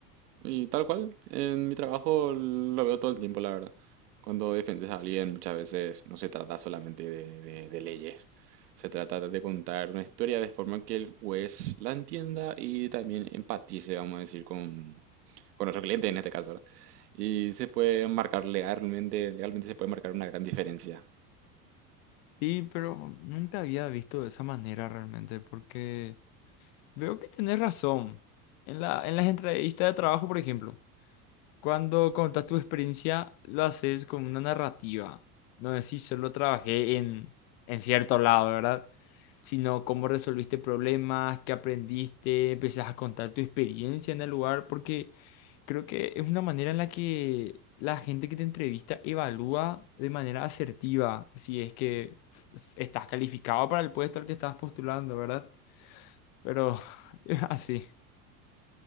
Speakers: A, on the right; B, on the left.
A: Y tal cual, en mi trabajo lo veo todo el tiempo, la verdad. Cuando defiendes a alguien, muchas veces no se trata solamente de, de- de leyes, se trata de contar una historia de forma que el juez la entienda y también empatice, vamos a decir, con, con nuestro cliente en este caso, ¿verdad? Y se puede marcar legalmente, legalmente se puede marcar una gran diferencia.
B: Sí, pero nunca había visto de esa manera realmente, porque veo que tenés razón. En la, en las entrevistas de trabajo, por ejemplo. Cuando contas tu experiencia, lo haces con una narrativa. No decís solo trabajé en, en cierto lado, ¿verdad? Sino cómo resolviste problemas, qué aprendiste, empezás a contar tu experiencia en el lugar, porque creo que es una manera en la que la gente que te entrevista evalúa de manera asertiva si es que estás calificado para el puesto al que estás postulando, ¿verdad? Pero <laughs> es así.